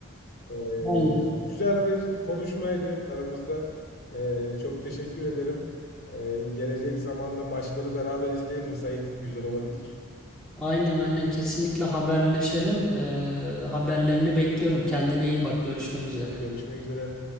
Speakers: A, on the left (about 45°); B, in the centre.
A: Ee,
B: Aynen.
A: güzel bir konuşmaydı aramızda. Ee, çok teşekkür ederim. Ee, gelecek zamanda maçları beraber izleyelim Sait. Güzel olabilir.
B: Aynen aynen kesinlikle haberleşelim. E, haberlerini bekliyorum. Kendine iyi bak. Görüşmek üzere.
A: Görüşmek üzere.